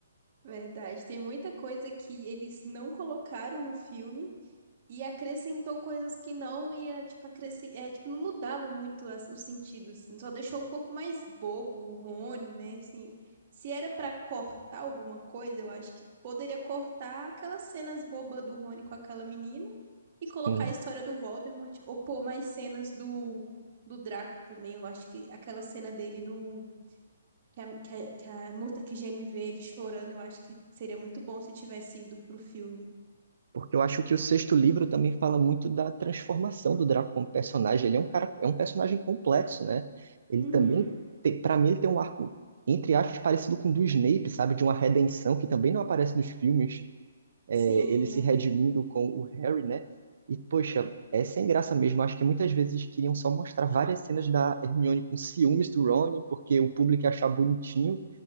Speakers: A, on the right (about 45°); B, on the right (about 60°).
A: Verdade. Tem muita coisa que eles não colocaram no filme E acrescentou coisas que não ia, tipo, acrescent... é, tipo, não mudava muito as- os sentidos, assim, só deixou um pouco mais bobo o Rony, né? Assim, se era pra cortar alguma coisa, eu acho que poderia cortar aquelas cenas bobas do Rony com aquela menina e colocar
B: Hum.
A: a história do Voldemort, ou pôr mais cenas do, do Draco também. Eu acho que aquela cena dele no. Que a, que a, que a Murta que geme vê ele chorando, eu acho que seria muito bom se tivesse ido pro filme.
B: Porque eu acho que o sexto livro também fala muito da transformação do Draco como personagem. Ele é um cara, é um personagem complexo, né? Ele
A: Uhum.
B: também, para mim, ele tem um arco, entre aspas, parecido com o do Snape, sabe? De uma redenção que também não aparece nos filmes. É,
A: Sim,
B: ele se
A: verdade.
B: redimindo com o Harry, né? E, poxa, é sem graça mesmo. Acho que muitas vezes queriam só mostrar várias cenas da Hermione com ciúmes do Ron, porque o público ia achar bonitinho